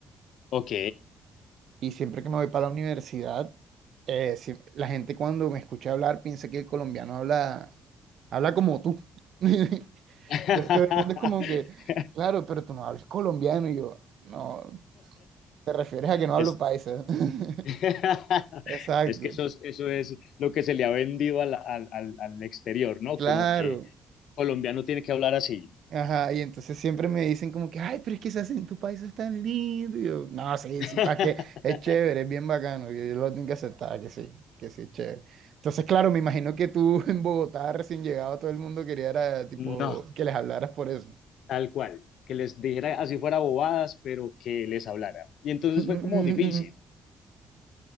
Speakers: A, on the left (about 70°); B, on the right (about 65°).
A: Ok.
B: Y siempre que me voy para la universidad, eh, si- la gente cuando me escucha hablar piensa que el colombiano habla, habla como tú. <laughs>
A: <laughs>
B: Entonces todo el mundo es como que, claro, pero tú no hablas colombiano. Y yo, no, te refieres a que no hablo
A: Es,
B: paisa. <laughs>
A: <laughs>
B: Exacto,
A: es que eso es, eso es lo que se le ha vendido al, al, al al exterior, ¿no?
B: claro.
A: Como que colombiano tiene que hablar así.
B: Ajá, y entonces siempre me dicen como que, ay, pero es que se hace en tu país es tan lindo. Y yo, no, sí,
A: <laughs>
B: sí, para qué, es chévere, es bien bacano. Y yo lo tengo que aceptar, que sí, que sí es chévere. Entonces, claro, me imagino que tú <laughs> en Bogotá recién llegado, todo el mundo quería era, tipo,
A: No,
B: que les hablaras por eso.
A: Tal cual, que les dijera así fuera bobadas, pero que les hablara. Y entonces
B: <laughs>
A: fue como difícil,
B: Ujú,